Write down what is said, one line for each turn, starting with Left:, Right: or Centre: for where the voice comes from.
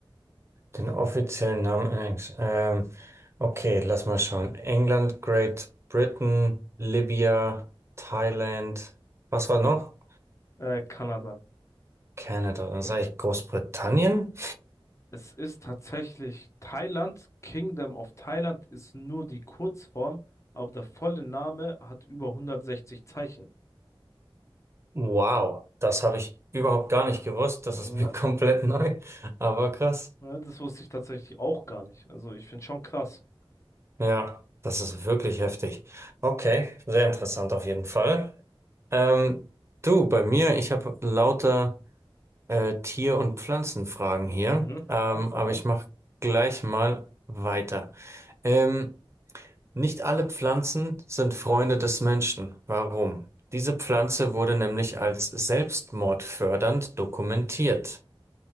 Right: Den offiziellen Namen in Englisch. Ähm, okay, lass mal schauen. England, Great Britain, Libya, Thailand. Was war noch?
Left: Äh, Kanada.
Right: Kanada. Dann sage ich Großbritannien.
Left: Es ist tatsächlich Thailand. Kingdom of Thailand ist nur die Kurzform, aber der volle Name hat über 160 Zeichen.
Right: Wow, das habe ich überhaupt gar nicht gewusst. Das
Left: Ja,
Right: ist mir <laughs> komplett neu. Aber krass.
Left: ja, das wusste ich tatsächlich auch gar nicht. Also ich finde schon krass.
Right: Ja, das ist wirklich heftig. Okay, sehr interessant auf jeden Fall. Ähm, du, bei mir, ich habe lauter. äh, Tier- und Pflanzenfragen hier,
Left: Mhm.
Right: ähm,
Left: Ja, hau
Right: aber
Left: raus.
Right: ich mache gleich mal weiter. Ähm, nicht alle Pflanzen sind Freunde des Menschen. Warum? Diese Pflanze wurde nämlich als selbstmordfördernd dokumentiert.